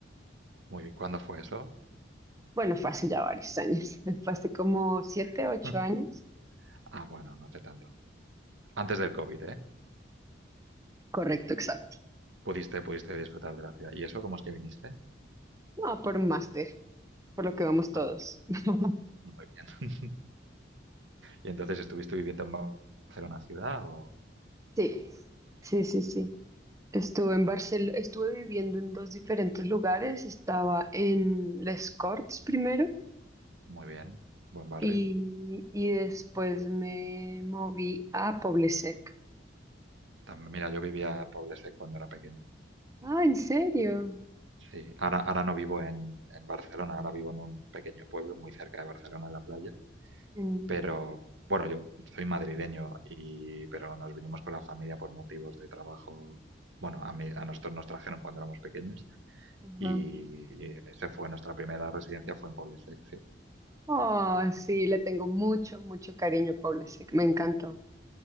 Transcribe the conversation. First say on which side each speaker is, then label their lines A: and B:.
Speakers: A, on the right (about 80°); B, on the right (about 15°).
A: Muy bien. ¿Cuándo fue eso?
B: Bueno, fue hace ya varios años, <laughs> fue hace como siete, ocho
A: <laughs>
B: años.
A: Ah, bueno, no hace tanto. Antes del COVID, ¿eh?
B: Correcto, exacto.
A: Pudiste, pudiste disfrutar de la ciudad. ¿Y eso cómo es que viniste?
B: No, por un máster, por lo que vamos todos.
A: Ah, muy,
B: <laughs>
A: muy bien. <laughs> ¿Y entonces estuviste viviendo en Barcelona ciudad o...?
B: Sí, sí, sí, sí. Estuve en Barcelona, estuve viviendo en dos diferentes lugares. Estaba en Les Corts primero
A: Muy bien. Buen barrio.
B: y, y después me moví a Poblesec.
A: También, mira, yo vivía en Poble cuando era pequeño.
B: Ah, ¿en serio?
A: Sí, ahora, ahora no vivo en, en Barcelona, ahora vivo en un pequeño pueblo muy cerca de Barcelona, en la playa.
B: En-
A: Pero bueno, yo soy madrileño y pero nos vinimos con la familia por motivos de trabajo. Bueno, a mí, a nosotros nos trajeron cuando éramos pequeños
B: ajá.
A: y, y esa fue nuestra primera residencia, fue en Poblesec, sí. sí.
B: Oh, sí, le tengo mucho, mucho cariño a Poblesec. Me encantó.